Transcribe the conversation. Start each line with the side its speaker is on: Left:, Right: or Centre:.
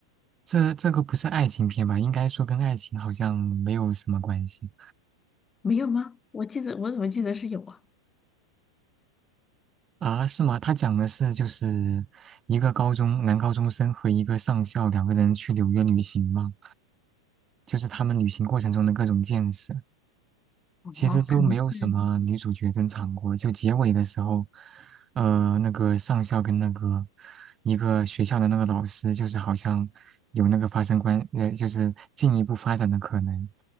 Right: 这这个不是爱情片吧？应该说跟爱情好像没有什么关系
Left: 没有吗？我记得我怎么记得是有啊？
Right: 啊？是吗？他讲的是就是一个高中男高中生和一个上校两个人去纽约旅行吗？就是他们旅行过程中的各种见识。
Left: 哦，
Right: 其实都没有什么女主角登场过，
Left: 可能是，
Right: 就结尾的时候，呃，那个上校跟那个一个学校的那个老师，就是好像有那个发生关，呃，就是进一步发展的可能，